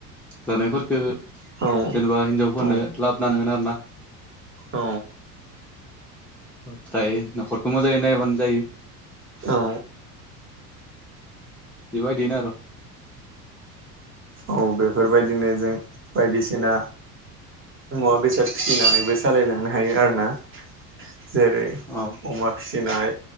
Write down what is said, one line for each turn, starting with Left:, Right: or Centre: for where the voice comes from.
Centre: जानायफोरफोरखो
Right: औ
Centre: जेनेबा हिनजावफोरनो
Right: औ
Centre: लाबनानै होगोन आरोना।
Right: औ
Centre: ओमफ्राय न'खरखौ मोजाङै नायबानो जायो।
Right: औ
Centre: बेबायदिनो आर'
Right: औ बेफोरबायदिनो जों बायदिसिना मुवा बेसाद फिसिनानैबो सालायलांनो हायो आरोना। जेरै
Centre: औ
Right: अमा फिस फिसिनाय